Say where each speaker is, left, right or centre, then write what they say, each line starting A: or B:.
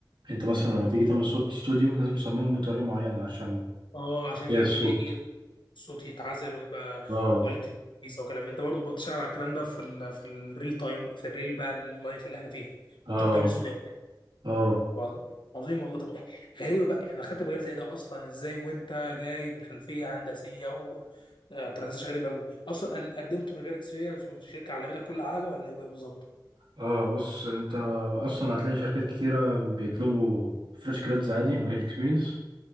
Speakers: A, on the right (about 80°); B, on the left (about 85°).
A: أنت مثلا لما تيجي تعمل صوت استوديو لازم تصممه بطريقة معينة عشان
B: اه عشان
A: يا
B: يبقى
A: الصوت
B: ي- ي- صوتي يتعزل ويبقى
A: اه
B: كواليتي كويسه وكلام من ده برضه بتشتغل على الكلام ده في ال في الريل تايم في الريل بقى اللايف اللي احنا فيه
A: اه
B: تروح تعمل استوديو
A: اه
B: عظيم عظيم والله طب غريبه بقى احنا دخلت مجال زي ده اصلا ازاي وانت جاي من خلفيه هندسيه و آه، ترانزيشن غريب قوي اصلا قل- قدمت من غير اكسبيرينس والشركه علمتك كل حاجه ولا ايه بقى بالظبط
A: اه بص انت اصلا هتلاقي شركات كتيرة بيطلبوا فريش جرادز عادي من غير اكسبيرينس